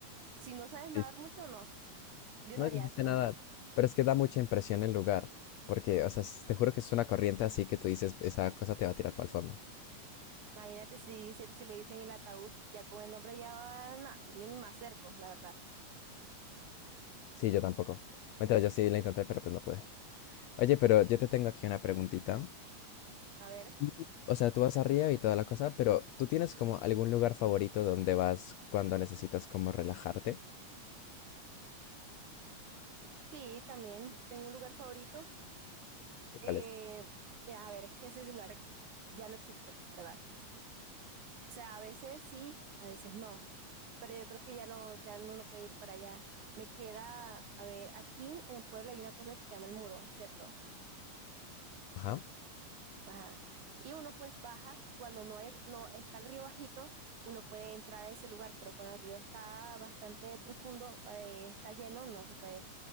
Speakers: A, on the right; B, on the left.
A: Si no sabes nadar
B: Sí.
A: mucho, no, yo
B: No,
A: no haría
B: yo sí
A: eso
B: sé
A: tampoco.
B: nadar. Pero es que da mucha impresión el lugar, porque, o sea, s- te juro que es una corriente así que tú dices, esa cosa te va a tirar para el fondo.
A: Imagínate si, se- si le dicen el ataúd, ya con el nombre ya va, nada, yo ni me acerco, la verdad.
B: Sí, yo tampoco. Mientras yo sí la intenté, pero pues no pude. Oye, pero yo te tengo aquí una preguntita.
A: A ver,
B: Ujú. O sea, tú vas a Río y toda la cosa, pero ¿tú tienes como algún lugar favorito donde vas cuando necesitas como relajarte?
A: sí, también tengo un lugar favorito
B: ¿Y
A: que,
B: cuál es?
A: eh, a ver, es que ese celular ya no existe, la verdad. O sea, a veces sí, a veces no, pero yo creo que ya no, ya no, no puede ir para allá. Me queda, a ver, aquí en el pueblo hay una cosa que se llama el muro, ¿cierto?
B: Ajá.
A: Ajá. Y uno pues baja, cuando no hay, no está el río bajito, uno puede entrar a ese lugar, pero cuando el río está bastante profundo, eh, está lleno, no se puede.